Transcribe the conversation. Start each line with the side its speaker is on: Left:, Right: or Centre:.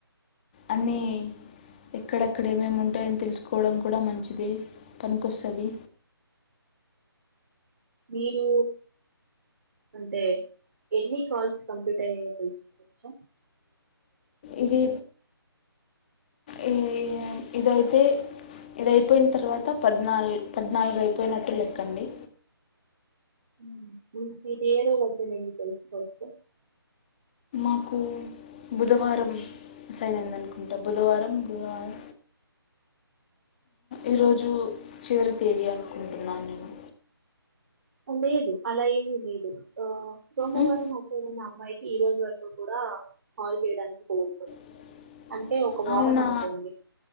Left: అన్ని ఎక్కడక్కడ ఏమేమి ఉంటాయని తెలుసుకోవడం కోసం కూడా మంచిది పనికొస్తది
Right: మీరు అంటే ఎన్ని కాల్స్ కంప్లీట్ అయ తెలుసుకోవచ్చ,
Left: ఇది ఏంది ఇదయితే, ఇదియిపోయిన తర్వాత పద్నాలు పద్నాలుగు అయిపోయినట్టు లెక్కండి,
Right: <unintelligible>
Left: నాకు బుధవారం మె అసైనంద అనుకుంటా బుధవారం బధవారం ఈరోజు చివరి తేది అనుకుంటున్నాను, నేను
Right: లేదు అలా ఏమి లేదు ఆ సోమవారం
Left: ఉమ్,
Right: అషన్ వచ్చేదన అమ్మాయికి ఈ రోజు వరకు కూడా హ కాల్ చేయడానికి కొన్ని రోజులు పడుతుంది.
Left: <unintelligible>
Right: అంటే ఒక వారం
Left: అవునా
Right: అవుతుంది,